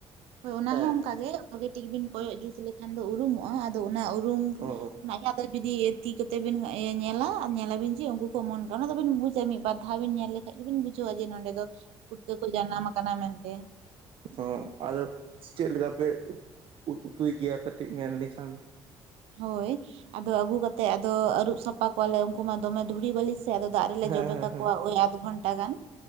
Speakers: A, on the right; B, on the right.
A: ᱦᱳᱭ ᱚᱱᱟ
B: ᱦᱮᱸ
A: ᱦᱚᱸ ᱚᱱᱠᱟᱜᱮ ᱵᱷᱟᱜᱤ ᱴᱷᱤᱠ ᱵᱤᱱ ᱠᱚᱭᱚᱜ ᱡᱩᱛ ᱞᱮᱠᱷᱟᱱ ᱫᱚ ᱩᱨᱩᱢᱚᱜ-ᱟ ᱟᱫᱚ ᱚᱱᱟ ᱩᱨᱩᱢ...
B: ᱚ
A: ᱱᱤᱭᱟ. ᱫᱚ ᱡᱩᱫᱤ ᱛᱤ ᱠᱚᱛᱮ ᱵᱤᱱ ᱤᱭᱟᱹ ᱧᱮᱞᱟ ᱟᱨ ᱧᱮᱞ ᱟᱵᱤᱱ ᱡᱮ ᱩᱱᱠᱩ ᱠᱚ ᱚᱢᱚᱱ ᱠᱟᱱᱟ ᱚᱱᱟ ᱫᱚ ᱵᱤᱱ ᱵᱩᱡᱟ ᱢᱤᱫ ᱵᱟᱨ ᱫᱷᱟᱣ ᱵᱤᱱ ᱧᱮᱞ ᱞᱮᱠᱷ... ᱠᱷᱟᱡ ᱜᱮ ᱵᱤᱱ ᱵᱩᱡᱷᱟᱹᱣᱟ ᱡᱮ ᱱᱚᱸᱰᱮ ᱫᱚ ᱯᱩᱴᱠᱟᱹ ᱠᱚ ᱡᱟᱱᱟᱢ ᱟᱠᱟᱱᱟ ᱢᱮᱱᱛᱮ
B: ᱚᱸ... ᱟᱫᱚ ᱪᱮᱫ ᱞᱮᱠᱟ ᱯᱮ ᱩᱛᱩᱭ ᱜᱮᱭᱟ ᱠᱟᱹᱴᱤᱡ ᱢᱮᱱ ᱞᱮᱠᱷᱟᱱ
A: ᱦᱳᱭ ᱟᱫᱚ ᱟᱹᱜᱩ ᱠᱟᱛᱮᱫ ᱟᱫᱚ ᱟᱹᱨᱩᱵ ᱥᱟᱯ... ᱯᱟ ᱠᱚᱣᱟᱞᱮ ᱩᱱᱠᱩ ᱢᱟ ᱫᱚᱢᱮ ᱫᱷᱩᱲᱤ ᱵᱟᱹᱞᱤ ᱥᱮ ᱟᱫᱚ ᱫᱟᱜ ᱨᱮᱞᱮ
B: ᱦᱮᱸ
A: ᱡᱚᱵᱮ
B: ᱦᱮᱸ
A: ᱠᱟᱠᱚᱣᱟ
B: ᱦᱮᱸ
A: ᱳᱭ ᱟᱫᱷ ᱜᱷᱚᱱᱴᱟ ᱜᱟᱱ